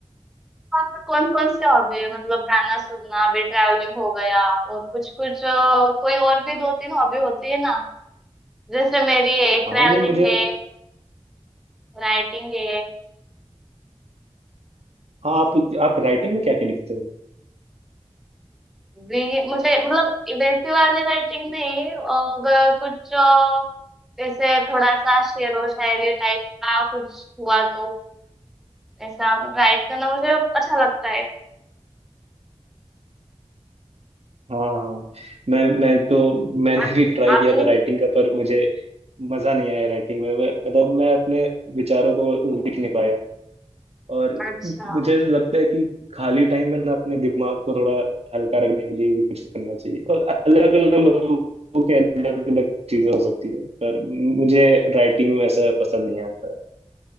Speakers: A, in the centre; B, on the right (about 65°).
A: कौन कौन कौन से हॉबी है मतलब गाना सुनना अभी ट्रैवलिंग हो गया और कुछ कुछ अ, कोई और भी दो तीन हॉबी होती है ना जैसे मेरी है ट्रैवलिंग
B: हाँ नहीं मुझे
A: है राइटिंग है
B: हाँ आप आप राइटिंग में क्या क्या लिखते हो
A: भी मुझे मतलब वैसी वाली राइटिंग नहीं अगर कुछ अ, जैसे थोड़ा सा शेरो शायरी टाइप का कुछ हुआ तो ऐसा राइट करना मुझे अच्छा लगता है
B: हाँ हाँ मैं मैं
A: हम्म।
B: तो मैंने
A: आप
B: भी ट्राई
A: आपने
B: किया था राइटिंग का पर मुझे मजा नहीं आया राइटिंग में मैं- मतलब मैं अपने विचारों को लिख नहीं पाया और
A: अच्छा
B: मुझे लगता है कि खाली टाइम में ना अपने दिमाग को थोड़ा हल्का रखने के लिए भी कुछ करना चाहिए और अलग अलग लोगों के अलग अलग चीजें हो सकती है पर मुझे राइटिंग में ऐसा पसंद नहीं आता